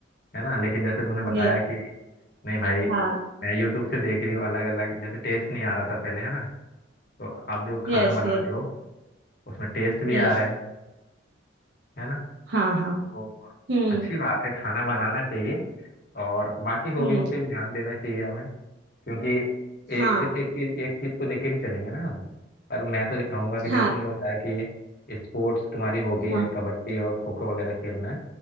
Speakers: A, on the left (about 45°); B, on the right (about 65°).
A: है ना लेकिन जैसे तुमने बताया
B: यस
A: कि नहीं भाई
B: हाँ
A: मैं यूट्यूब से देख रही हूँ अलग अलग जैसे टेस्ट नहीं आ रहा था पहले है ना तो आप जो खाना
B: Yes
A: बना
B: yes
A: रहे हो उसमें टेस्ट भी
B: yes
A: आ रहा है है ना
B: हाँ हाँ
A: तो
B: हम्म
A: अच्छी बात है खाना बनाना चाहिए और बाकी हॉबियों
B: हम्म
A: पे भी ध्यान देना चाहिए हमें क्योंकि एक
B: हाँ
A: सिर्फ एक चीज एक चीज को लेके नहीं चलेंगे ना हम पर मैं तो ये कहूंगा कि जैसे
B: हाँ
A: तुमने बताया कि स्पोर्ट्स तुम्हारी हॉबी
B: हाँ
A: है कबड्डी और खो खो वगैरह खेलना है